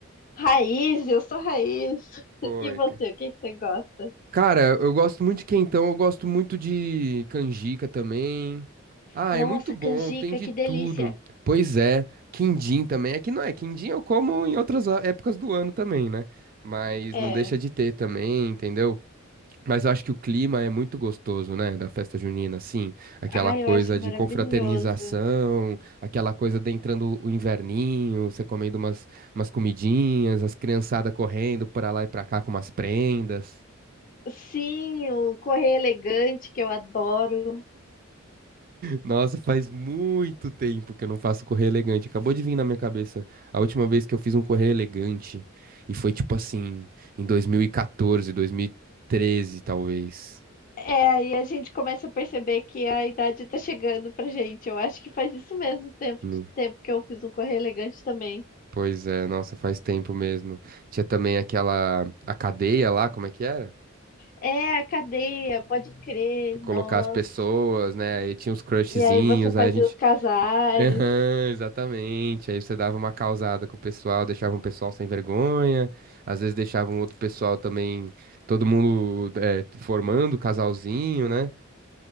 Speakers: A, on the left; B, on the right.
A: Raiz, eu sou raiz. <laughs>
B: Foi,
A: E você,
B: cara.
A: o que que você gosta?
B: Cara, eu gosto muito de quentão, eu gosto muito de canjica também. Ah,
A: Nossa,
B: é muito bom,
A: canjica,
B: tem de
A: que
B: tudo.
A: delícia.
B: Pois é, quindim também. É que não é, quindim eu como em outras a- épocas do ano também, né? Mas
A: É.
B: não deixa de ter também, entendeu? Mas eu acho que o clima é muito gostoso, né? Da festa junina, assim. Aquela
A: Ai,
B: coisa
A: eu acho
B: de
A: maravilhoso.
B: confraternização, aquela coisa de entrando o inverninho, você comendo umas, umas comidinhas, as criançadas correndo pra lá e pra cá com umas prendas.
A: Sim, o correr elegante, que eu adoro.
B: Nossa, faz muito tempo que eu não faço correr elegante. Acabou de vir na minha cabeça a última vez que eu fiz um correr elegante. E foi tipo assim, em 2014, 2013, talvez.
A: É, e a gente começa a perceber que a idade tá chegando pra gente. Eu acho que faz isso mesmo, tempo
B: Hum,
A: de tempo que eu fiz um correr elegante também.
B: Pois é, nossa, faz tempo mesmo. Tinha também aquela, a cadeia lá, como é que era?
A: É, a cadeia, pode crer,
B: Pra Colocar
A: nossa.
B: as pessoas, né? Aí tinha os crushzinhos,
A: E aí você fazia
B: aí a gente
A: os casais.
B: Aham, exatamente. Aí você dava uma causada com o pessoal, deixava um pessoal sem vergonha, às vezes deixava um outro pessoal também, todo mundo é, formando casalzinho, né?